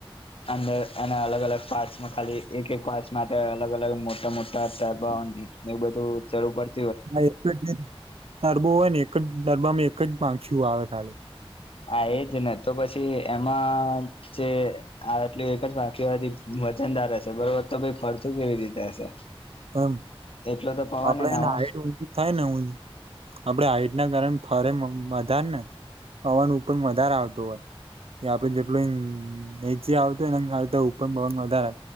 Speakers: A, on the left; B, on the right.
A: અંદર અને અલગ-અલગ પાર્ટ્સમાં ખાલી એક એક પાર્ટ્સ માટે અલગ-અલગ મોટા-મોટા <unintelligible> એ બધું જરૂર પડ
B: હ એક જ દરબો હોય ને એક જ દરબામાં એક જ પાખિયુ આવે ખાલી.
A: હા એજ ને તો પછી એમાં જે આટલું એક જ વાકી વજનદાર હશે બરોબર તો ભઈ ફરતું કેવી રીતે હશે?
B: પણ
A: એટલો તો પવન
B: આપડે
A: ના
B: હેને
A: હોય
B: હાઈટ ઊચી થાય ને હુય આપડે હાઈટના કારણે ફરે વધારે ને પવન ઉપર વધારે આવતો હોય. એ આપડે જેટલું નીચે આવતો હોય એન કરતાં ઉપર વધારે